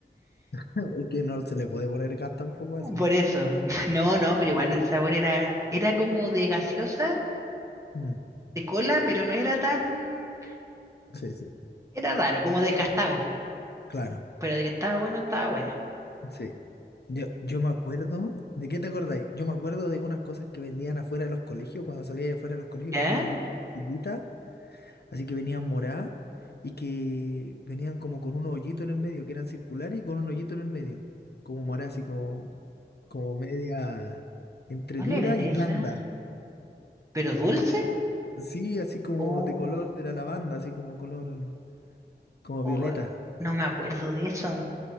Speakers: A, on the left; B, on the right.
A: <laughs> Es que no se le puede poner gas tampoco a eso.
B: Por eso. <laughs> No, no, pero igual el sabor era, era como de gaseosa,
A: Mm,
B: de cola, pero no era tan,
A: Sí, sí.
B: era raro, como desgastado.
A: Claro,
B: Pero de que estaba bueno, estaba bueno.
A: sí. Yo, yo me acuerdo, ¿de qué te acordáis? Yo me acuerdo de unas cosas que vendían afuera de los colegios, cuando salía de afuera de los colegios,
B: ¿Ya?
A: que eran como unas pastillitas, así que venían moradas y que venían como con un hoyito en el medio, que eran circulares y con un hoyito en el medio, como morada así como, como media entre
B: ¿Cuál
A: dura
B: eran
A: y
B: esas?
A: blanda.
B: ¿Pero dulce?
A: Sí, así como
B: O,
A: de color de la lavanda, así como color, como
B: o,
A: violeta.
B: eh, no me acuerdo de eso.